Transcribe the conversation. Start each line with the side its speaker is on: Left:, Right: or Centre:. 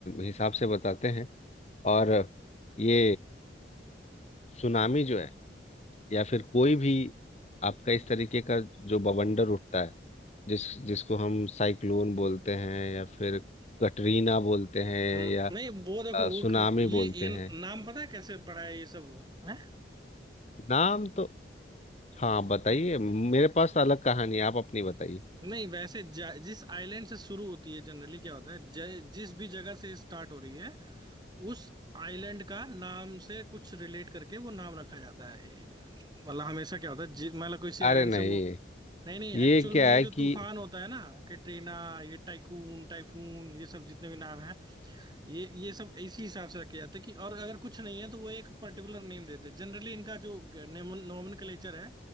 Left: हिसाब से बताते हैं और ये सुनामी जो है या फिर कोई भी आपका इस तरीके का जो बवंडर उठता है जिस जिसको हम साइक्लोन बोलते हैं या फिर कटरीना बोलते हैं
Right: हम्म,
Left: या
Right: नहीं वो देखो
Left: अ, सुनामी
Right: वो कि- ये,
Left: बोलते
Right: ये
Left: हैं
Right: नाम पता है कैसे पढ़ा है ये सब है
Left: नाम तो हाँ बताइए मेरे पास तो अलग कहानी है, आप अपनी बताइए
Right: नहीं वैसे ज- जिस आइलैंड से शुरू होती है जनरली क्या होता है ज- जिस भी जगह से स्टार्ट हो रही है उस आइलैंड का नाम से कुछ रिलेट करके वो नाम रखा जाता है मतलब हमेशा क्या होता है जि- मतलब किसी
Left: अरे
Right: आइलैंड
Left: नहीं
Right: से वो नहीं नहीं
Left: ये
Right: एक्चुअल
Left: क्या
Right: में ये
Left: है
Right: जो
Left: कि
Right: तूफान होता है ना कैटरीना ये टाइकून टाइफून ये सब जितने भी नाम ये ये सब इसी हिसाब से रखे जाते हैं कि और अगर कुछ नहीं है तो वो एक पर्टिकुलर नेम देते हैं जनरली इनका जो नोमेनक्लेचर है